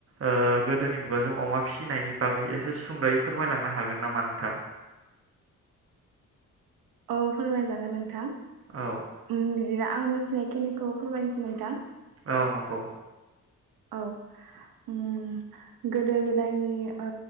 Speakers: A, on the right; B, on the right.
A: ओ गोदोनि मुगाजों अमा फिसिनायनि बागै एसे सुंद'यै फोरमायलांनो हागोन नामा नोंथां?
B: औ फोरमायजागोन नों थां।
A: औ
B: उम आं मिथिनायखिनिखौ फोरमायनोसै नोंथां।
A: औ नंगौ।
B: औ उम गोदो गोदायनि ओ